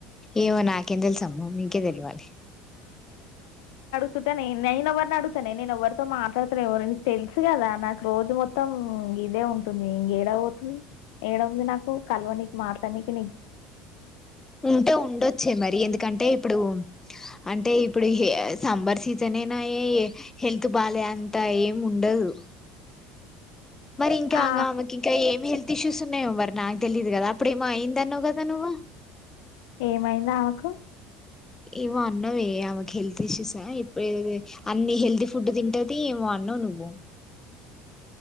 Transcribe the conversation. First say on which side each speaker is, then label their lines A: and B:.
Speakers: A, on the left; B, on the left.
A: ఏమో నాకేం తెలుస అమ్మ మీంకే తెలివాలి.
B: చుట్టనే నేను ఎవరిని అడుతానే నేను ఎవ్వరితో మాట్లాడుతన్నాను. ఎవరు తో మాట్లాడుటలేను, నీకు తెలుసు కదా నాకు రోజు మొత్తం ఇదే ఉంటుంది. ఏడకు పోతుంది ఏడంది నాకు కలవదానికి నీకు మాట్లాడ నీకీ.
A: ఉంటే ఉండొచ్చే మరి ఎందుకంటే ఇప్పుడు అంటే ఇప్పుడు సమ్మర్ సీజన్ ఆయే, హెల్త్ బాలే అంత ఏం ఉండదు. మరి ఇంకా
B: ఆ
A: అ అమే కి ఇంకా ఏమి హల్ ఇషూస్ ఉన్నాయివ మరి నాకు తెలీదు కదా, అప్పుడేమ అయింది అన్నావు కదా నవ్వు.
B: ఏమైంది ఆమెకు
A: ఏమో అన్నావే ఆమెకి హెల్త్ ఇష్యూసా ఇప్పుడు అన్ని హెల్తీ ఫుడ్ తింటది. ఏమో అన్నావు నువ్వు